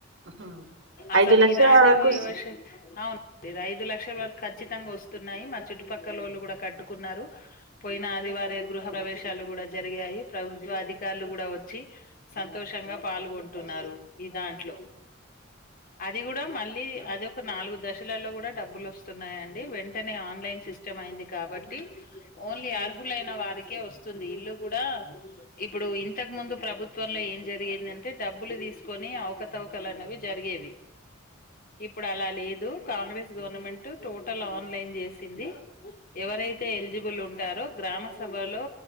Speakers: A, on the right (about 65°); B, on the left (about 45°).
A: ఉమ్.
B: అసలు
A: ఐదు లక్షల
B: ఈ రాజీవ
A: వరకు
B: ఇవాస్
A: స్-
B: అవును మీరు ఐదు లక్షల వరకు ఖచ్చితంగా వస్తున్నాయి మా చుట్టుపక్కల లోళ్ళు కూడా కట్టుకున్నారు పోయిన ఆదివార గృహ ప్రవేశాలు కూడా జరిగాయి ప్రభుత్వ అధికారులు కూడా వచ్చి సంతోషంగా పాల్గొంటు నారు ఈ దాంట్లో అది కూడా మళ్ళీ అది ఒక నాలుగు దశలలో కూడా డబ్బులు వస్తున్నాయండి వెంటనే ఆన్లైన్ సిస్టమ్ అయింది కాబట్టి ఓన్లీ అర్హులైన వారికి కె వస్తుంది ఇల్లు కూడా ఇప్పుడు ఇంతకు ముందు ప్రభుత్వంలో ఏం జరిగిందంటే డబ్బులు తీసుకొని అవకతవకలున్నవి జరిగేవి ఇప్పుడు అలా లేదు కాంగ్రెస్ గవర్నమెంట్ టోటల్ ఆన్లైన్ చేసింది ఎవరైతే ఎలిజిబుల్ ఉంటారో గ్రామ స లో